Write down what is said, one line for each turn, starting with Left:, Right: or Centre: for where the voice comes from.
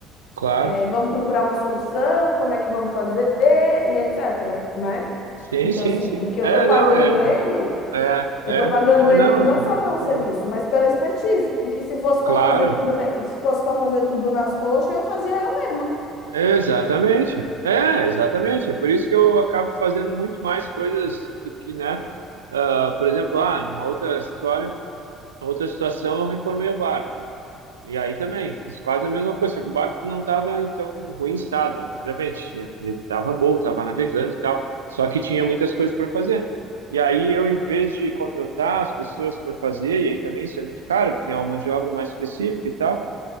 Right: claro.
Left: é, Vamos procurar uma solução, como é que vamos fazer e etc, né?
Right: Sim,
Left: Então,
Right: sim,
Left: assim,
Right: sim.
Left: porque
Right: É,
Left: eu tô pagando
Right: não, é,
Left: ele,
Right: é,
Left: eu
Right: é,
Left: tô pagando
Right: é,
Left: ele
Right: não,
Left: não
Right: é
Left: só
Right: um
Left: pelo
Right: outro.
Left: serviço, mas pela expertise. Porque se fosse
Right: Claro.
Left: para fazer tudo, se fosse para fazer tudo nas coxas, eu fazia eu mesma.
Right: Exatamente. É, exatamente. É por isso que eu acabo fazendo muito mais coisas do que, né? ah, por exemplo, ah, numa outra história, outra situação, eu reformei o barco. E aí também fiz quase a mesma coisa, só que o barco não estava em tão ruim estado, obviamente. Tinha, estava bom, estava navegando e tal, só que tinha muitas coisas para fazer. E aí eu, em vez de contratar as pessoas para fazer, e aí também isso é muito caro, porque é uma mão de obra mais específica e tal.